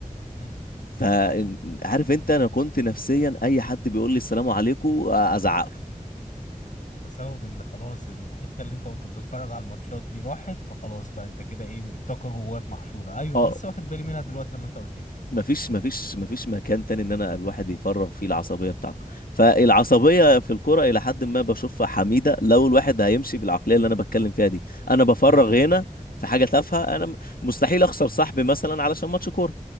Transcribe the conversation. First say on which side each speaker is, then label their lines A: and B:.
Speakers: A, on the left (about 60°); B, on the left (about 85°).
A: مم.
B: فعارف انت انا كنت نفسيا اي حد بيقول لي السلام عليكم ازعق له
A: بسبب ان خلاص الحته اللي انت كنت بتتفرج على الماتشات دي راحت فخلاص بقى انت كده ايه الطاقه جواك محشوره ايوه
B: اه
A: انا لسه واخد بالي منها دلوقتي لما انت قلت لي
B: مفيش مفيش مفيش مكان تاني ان انا الواحد يفرغ فيه العصبيه بتاعته فالعصبيه في الكرة الى حد ما بشوفها حميده لو الواحد هيمشي بالعقليه اللي انا بتكلم فيها دي انا بفرغ
A: بالظبط
B: هنا
A: اه
B: في حاجه تافهه انا م- مستحيل اخسر صاحبي مثلا علشان ماتش كوره